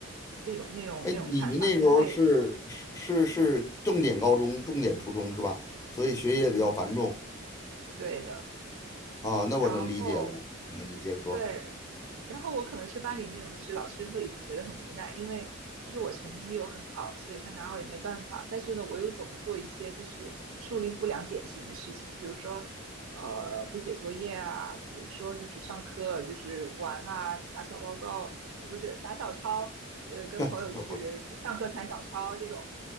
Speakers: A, on the right; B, on the left.
A: 那种、那种、
B: 哎，
A: 那种看法，
B: 你们那时候是是是是重点高中、
A: 因为，
B: 重点初中是吧？所以学业比较繁重
A: 嗯，对的。
B: 啊，那我能理解了。
A: 然后
B: 嗯，你接着说。
A: 对，然后我可能是班里那种，就是老师会觉得很无奈，因为就是我成绩又很好，所以他拿我也没办法。但是呢，我又总做一些就是树立不良典型的事情，比如说呃不写作业啊，比如说就是上课就是玩啊，打小报告，呃不是打小抄，呃跟朋友就是上课传小抄这种。
B: 朋友，